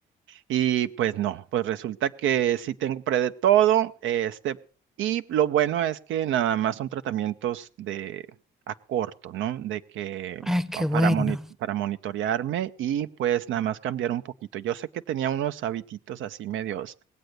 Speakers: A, on the right; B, in the centre.
A: Y pues no, pues resulta que sí tengo pre de todo, este, y lo bueno es que nada más son tratamientos de a corto, ¿no? De que
B: Ay, qué
A: ah, para
B: bueno.
A: moni- para monitorearme y pues nada más cambiar un poquito. Yo sé que tenía unos habititos así medios,